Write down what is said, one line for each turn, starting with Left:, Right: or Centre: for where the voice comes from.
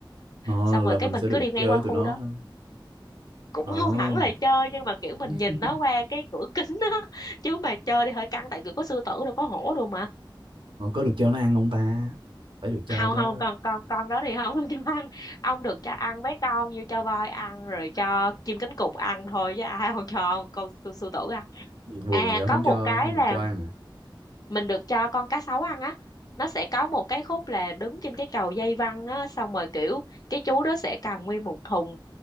Right: ồ
Left: xong
Right: là
Left: rồi cái
Right: mình
Left: mình
Right: sẽ được
Left: cứ đi ngang
Right: chơi
Left: qua khu
Right: tụi nó
Left: đó
Right: ha.
Left: cũng
Right: Ồ,
Left: không hẳn là chơi nhưng mà kiểu
Right: <laughs>
Left: mình nhìn nó qua cái cửa <laughs> kính đó chứ mà chơi thì hơi căng tại kiểu có sư tử đâu có hổ đâu mà
Right: ồ, có được cho nó ăn không ta? Phải được cho
Left: không
Right: chứ.
Left: không con con con đó thì không <laughs> được cho ăn ông được cho ăn mấy con như cho voi ăn rồi cho chim cánh cụt ăn thôi chứ ai không cho con, con sư tử ăn
Right: Gì buồn
Left: à
Right: vậy
Left: có
Right: không
Left: một
Right: cho
Left: cái
Right: không
Left: là
Right: được cho ăn à?
Left: mình được cho con cá sấu ăn á nó sẽ có một cái khúc là đứng trên cái cầu dây văng á xong rồi kiểu cái chú đó sẽ cầm nguyên một thùng